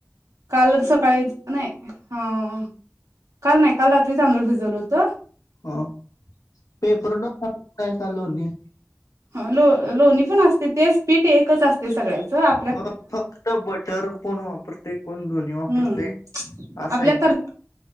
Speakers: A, on the right; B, on the left.
A: कालच सकाळीत नाही हां. काल नाही काल रात्री तांदूळ भिजवलं होतं
B: हा पेपर <inaudible> का लोणी?
A: हा लो लोणी पण असते तेच पीठ एकच असते सगळ्याचं आ
B: <unintelligible> फक्त बटर कोण वापरते कोण दोन्ही वापरते
A: हम्म
B: असा
A: आपल्या
B: हाय इथे